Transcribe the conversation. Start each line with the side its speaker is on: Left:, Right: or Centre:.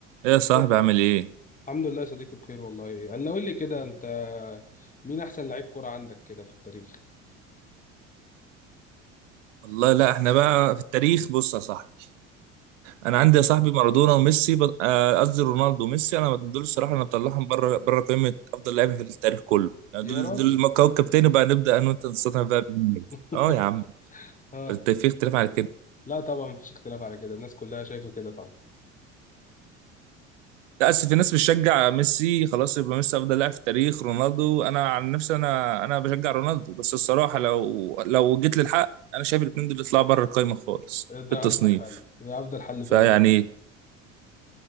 Right: ايه يا صاحبي
Left: ازيك؟
Right: عامل ايه؟
Left: الحمد لله يا صديقي بخير والله انا قول لي كده انت مين احسن لعيب كرة عندك كده في التاريخ
Right: والله لا احنا بقى في التاريخ بص يا صاحبي انا عندي يا صاحبي مارادونا وميسي بط- آه، قصدي رونالدو وميسي انا دول الصراحه انا بطلعهم بره بره قائمه افضل لعيبه في التاريخ كله يعني
Left: يا
Right: دول
Left: راجل
Right: دول كوكب تاني بقى نبدا انا وانت نستطيع بقى بمين.
Left: <laughs>
Right: اه يا عم
Left: اه
Right: انت في اختلاف على كده
Left: لا طبعا مفيش اختلاف على كده الناس كلها شايفة كده طبعا
Right: لا اصل في ناس بتشجع ميسي خلاص يبقى ميسي افضل لاعب في التاريخ رونالدو انا عن نفسي انا انا بشجع رونالدو بس الصراحه لو لو جيت للحق انا شايف الاثنين دول يطلعوا بره القائمه خالص
Left: ده
Right: في التصنيف
Left: افضل حل ده افضل حل
Right: فيعني
Left: فعلا